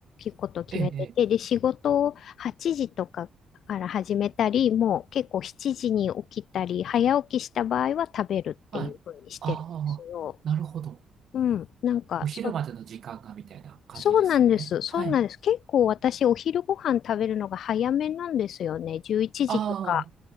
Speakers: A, on the left; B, on the right.
A: うことを決めてて、
B: ええ、ええ
A: で、仕事を8時とかから始めたり、もう結構7時に起きたり、早起きした場合は食べるっていう風にしてるんですよ。
B: はい。ああ、なるほど。
A: うん、なんかそ、
B: お昼までの時間がみたいな感じですよね。
A: そうなんです。そうなんです。
B: はい。
A: 結構私、お昼ご飯食べるのが早めなんですよね。11時とか。
B: ああ、